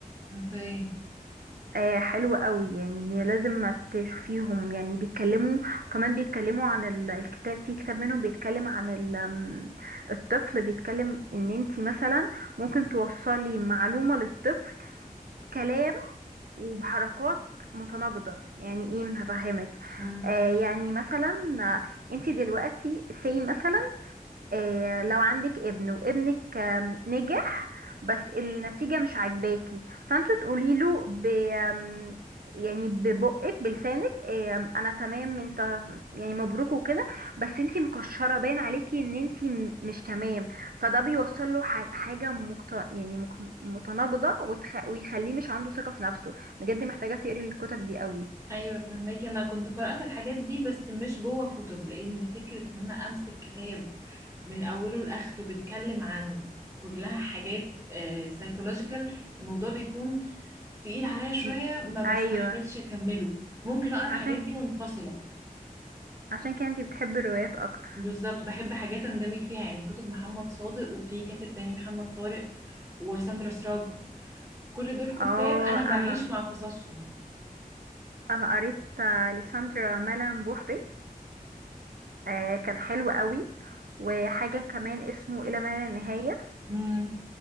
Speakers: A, on the right; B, on the right.
A: اوكي
B: آه حلو قوي يعني لازم ما تشوفيهم يعني بيتكلموا وكمان بيتكلموا عن ال- الكتاب في كتاب منهم بيتكلم عن ال- آم، الطفل بيتكلم ان انتي مثلا ممكن توصلي معلومه للطفل كلام وبحركات متناقضة يعني ايه هفهمك
A: مم.
B: آه يعني مثلا آه، انت دلوقتي سي مثلا آه، لو عندك ابن وابنك آم، نجح بس النتيجة مش عاجباكي فانتوا تقولي له ب آم، يعني ببقك بلسانك آم، انا تمام انت يعني مبروك وكده بس انتي مكشرة باين عليكي ان انتي م- مش تمام فده بيوصل له ح- حاجة مقت... يعني مك... متناقضة وتخ... ويخليه مش عنده ثقة في نفسه بجد محتاجة تقري الكتب دي قوي
A: ايوه فهماكي انا كنت قرأت الحاجات دي بس مش جوه كتب لان فكرة ان انا امسك كتاب من اوله لاخره بيتكلم عن كلها حاجات سايكولوجيكال الموضوع بيكون تقيل عليا شوية
B: م.
A: ما بستحملش
B: ايوه
A: اكمله ممكن اقرا الحاجات
B: عشان
A: دي منفصلة
B: عشان كده انتي بتحبي الروايات اكتر
A: بالظبط بحب حاجات اندمج فيها يعني كتب محمد صادق وفي كاتب تاني محمد طارق وساندرا سراج كل دول كتاب
B: اه
A: انا بعيش
B: انا
A: مع قصصهم
B: انا قريت آه، لساندرا مالان بوحبي آه، كان حلو قوي وحاجة كمان اسمه إلى ما لا نهاية
A: امم